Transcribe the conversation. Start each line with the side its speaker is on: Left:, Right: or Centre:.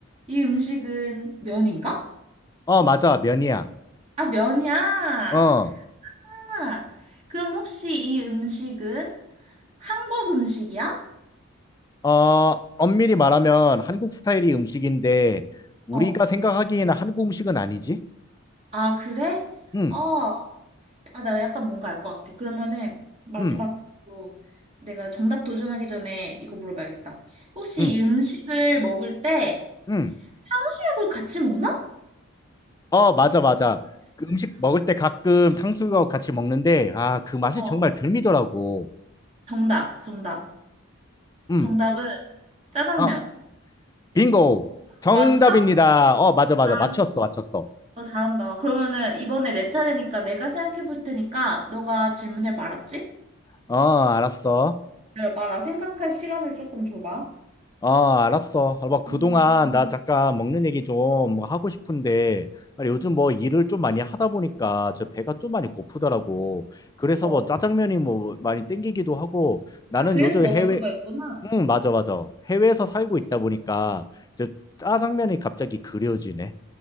Right: 이 음식은 면인가?
Left: 어, 맞아, 면이야.
Right: 아, 면이야.
Left: 어,
Right: 아, 그럼 혹시 이 음식은 한국 음식이야?
Left: 어, 엄밀히 말하면 한국 스타일이 음식인데, 우리가
Right: 어.
Left: 생각하기에는 한국 음식은 아니지?
Right: 아, 그래?
Left: 응,
Right: 어, 아, 나 약간 뭔가 알 것 같아. 그러면은 마지막으로
Left: 응,
Right: 내가 정답 도전하기 전에 이거 물어봐야겠다. 혹시
Left: 응,
Right: 이 음식을 먹을 때
Left: 응.
Right: 수육을 같이 먹나?
Left: 어, 맞아, 맞아. 그 음식 먹을 때 가끔 탕수육하고 같이 먹는데, 아, 그 맛이
Right: 어,
Left: 정말 별미더라고.
Right: 정답, 정답.
Left: 응,
Right: 정답은 짜장면.
Left: 어. 빙고. 정답입니다.
Right: 맞았어?
Left: 어, 맞아, 맞아.
Right: 알았어,
Left: 맞췄어, 맞췄어.
Right: 어, 잘한다. 그러면은 이번에 내 차례니까 내가 생각해 볼 테니까 너가 질문해 봐, 알았지?
Left: 어, 알았어.
Right: 기다려봐, 나 생각할 시간을 조금 줘봐.
Left: 어, 알았어. 아, 뭐, 그동안
Right: 음,
Left: 나 잠깐 먹는 얘기 좀뭐 하고 싶은데, 아니, 요즘 뭐 일을 좀 많이 하다 보니까 저 배가 좀 많이
Right: 어,
Left: 고프더라고. 그래서
Right: 어.
Left: 뭐 짜장면이 뭐 많이 땡기기도 하고, 나는
Right: 아, 그래서
Left: 요즘
Right: 너가
Left: 해외,
Right: 그거 했구나.
Left: 응, 맞아, 맞아. 해외에서 살고 있다 보니까 저 짜장면이 갑자기 그려지네.